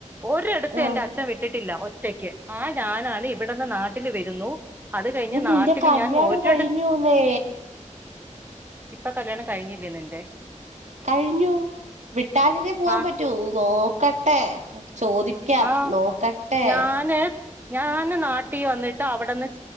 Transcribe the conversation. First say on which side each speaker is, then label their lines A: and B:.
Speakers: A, on the right; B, on the right.
A: ഒരെട്ത്തു
B: ആ
A: എന്റെ അച്ഛൻ വിട്ടിട്ടില്ല ഒറ്റക്ക് ആ ഞാനാണ് ഇവടെന്ന് നാട്ടില് വെരുന്നു. അത് കഴിഞ്ഞ നാട്ടില്
B: നിന്റെ കല്യാണം
A: ഞാൻ ഒരിട
B: കഴിഞ്ഞുന്നേ
A: ഇപ്പൊ കല്യാണം കഴിഞ്ഞില്ലേ നിന്റെ
B: കഴിഞ്ഞു വിട്ടാലല്ലേ പോവാൻ
A: ആ
B: പറ്റൂ നോക്കട്ടെ ചോദിക്കാം
A: ആഹ്
B: നോക്കട്ടെ
A: ഞാന് ഞാന് നാട്ടി വന്നിട്ട് അവടെന്ന്